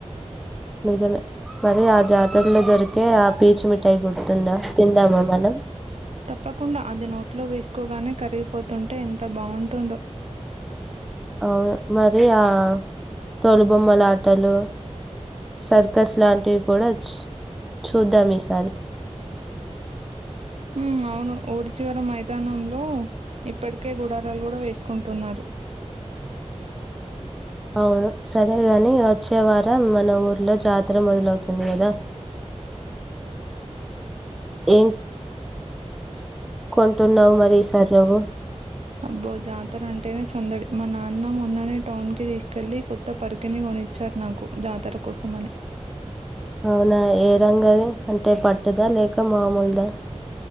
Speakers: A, in the centre; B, on the right (about 60°).
A: నిజమే మరి ఆ జాతలో దొరికే ఆ పీచుమిఠాయి గుర్తుందా తిందామా మనం.
B: తప్పకుండా అది నోట్లో. ఎక్కువగానే కరిగిపోతుంటే ఎంత బాగుంటుందో.
A: అవును మరి ఆహ్ తొలుబొమ్మల ఆటలు. సర్కస్ లాంటివి. కొడోచ్ చూద్దాం ఈసారి.
B: ఉమ్ అవును ఊరీ చివరం మా. విధానంలో ఇప్పటికే గుడారాలు కూడా వేసుకుంటున్నారు.
A: అవును సరేగాని వచ్చే వారం మన ఊర్లో జాతర మొదలవుతు. తుంది కదా ఏం. కొంటున్నావు మరి ఈసారి నువ్వు
B: అబ్బో జాతర అంటేనే సందడి. మా నాన్న మొన్ననే టౌన్ కి తీసుకెలి కొత్త పరికిని కొనిచ్చారు నాకు జాతర కోసం అని.
A: అవునా ఏ రంగది అంటే పట్టుదా లేక మామూలుదా.